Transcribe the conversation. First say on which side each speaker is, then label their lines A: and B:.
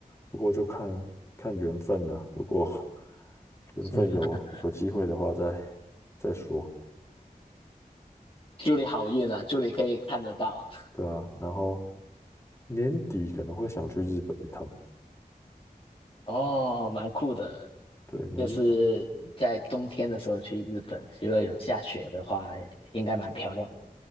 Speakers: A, on the left; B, on the left.
A: 不过就看看缘分了、如果缘分有有机会的话再，
B: <laughs>
A: 再说，
B: 祝你好运啊！祝你可以看得到。
A: 对啊。然后年底可能会想去日本一趟，
B: 哦，蛮酷的，
A: 对，年
B: 就是在冬天的时候去日本，如果有下雪的话，应该蛮漂亮